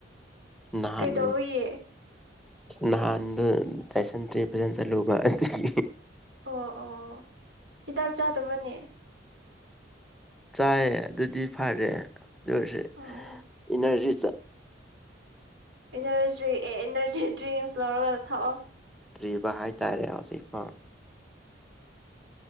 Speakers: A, in the centre; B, on the right.
A: ꯅꯍꯥꯟ
B: ꯀꯩꯇꯧꯕꯒꯤ
A: ꯅꯍꯥꯟ ꯇꯥꯏꯁꯟꯗ꯭ꯔꯤ ꯐꯖꯅ ꯆꯠꯂꯨꯕ ꯑꯗꯨꯒꯤ
B: ꯑꯣ ꯑꯣ ꯑꯣ ꯍꯤꯗꯥꯛ ꯆꯥꯗꯕꯔꯥꯅꯦ
A: ꯆꯥꯏꯑ ꯑꯗꯨꯗꯤ ꯐꯔꯦ ꯑꯗꯨ ꯑꯣꯏꯔꯁ
B: ꯑꯣ
A: ꯏꯅꯔꯖꯤ ꯆꯥ
B: ꯏꯅꯔꯖꯤ ꯑꯦ ꯏꯅꯔꯖꯤ ꯗ꯭ꯔꯤꯡꯁ ꯂꯧꯔꯒ ꯊꯛꯑꯣ
A: ꯇ꯭ꯔꯤꯕ ꯍꯥꯏꯇꯥꯔꯦ ꯍꯧꯖꯤꯛ ꯐꯥꯎ